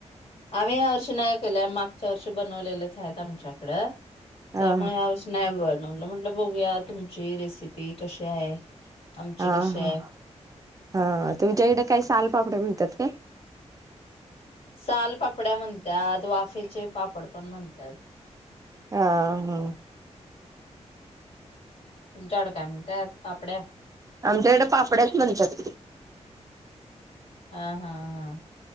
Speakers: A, on the left; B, on the right.
A: आम्ही ह्या वर्षी नाही केल्या मागच्या वर्षी बनवलेलेच आहेत आमच्याकडं
B: ह
A: त्यामुळे
B: हा
A: या वर्षी नाही बनवलं म्हटलं बघूया तुमची रेसिपी कशी आहे आमची
B: हा
A: कशी
B: हा
A: आहे.
B: हा तुमच्याकडे काही सालपापडे म्हणतात काय
A: सालपापड्या म्हणतात वाफेचे पापड पण म्हणतात
B: हा हा
A: तुमच्या कड काय म्हणत्यात पापड्या
B: आमच्या इकडें पापड्याच म्हणतात
A: हा हा हा.